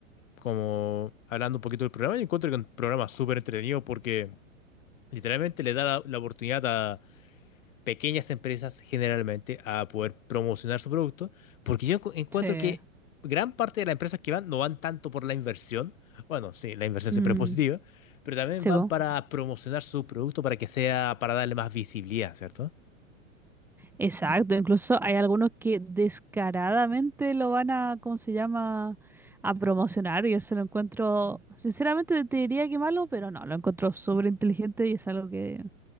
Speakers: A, on the left (about 70°); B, in the centre.
A: como hablando un poquito del programa, yo encuentro que es un programa súper entretenido porque literalmente le da la, la oportunidad pequeñas empresas generalmente a poder promocionar su producto, porque yo encu- encuentro
B: Sí.
A: que gran parte de las empresas que van no van tanto por la inversión, bueno, sí, la inversión
B: Mm,
A: siempre es positiva, pero también
B: sí,
A: van
B: po.
A: para promocionar su producto para que sea, para darle más visibilidad, ¿cierto?
B: Exacto, incluso hay algunos que descaradamente lo van a, ¿cómo se llama?, a promocionar y eso lo encuentro, sinceramente te diría que malo, pero no, lo encuentro súper inteligente y es algo que